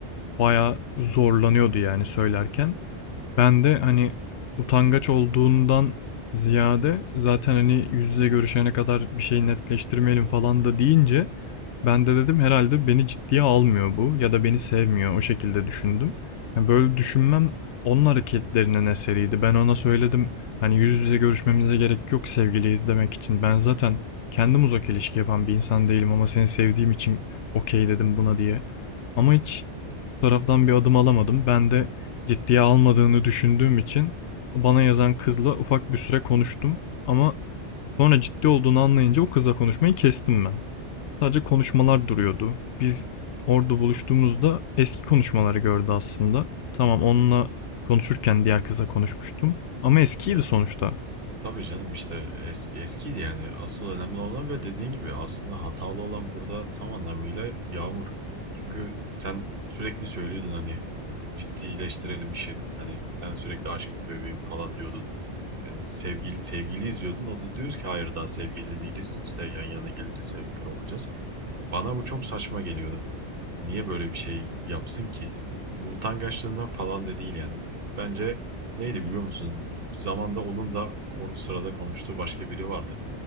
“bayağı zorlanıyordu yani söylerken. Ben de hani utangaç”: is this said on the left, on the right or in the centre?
Left